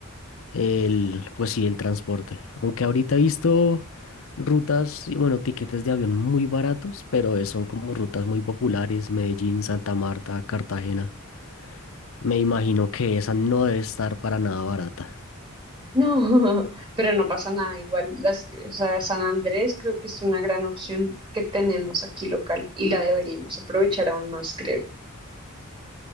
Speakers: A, on the left; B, on the right.
A: El, pues sí, el transporte. Aunque ahorita he visto rutas y bueno, tiquetes de avión muy baratos, pero eh, son como rutas muy populares, Medellín, Santa Marta, Cartagena. Me imagino que esa no debe estar para nada barata.
B: No, <laughs> pero no pasa nada igual. Las, o sea, San Andrés creo que es una gran opción que tenemos aquí local y la deberíamos aprovechar aún más, creo.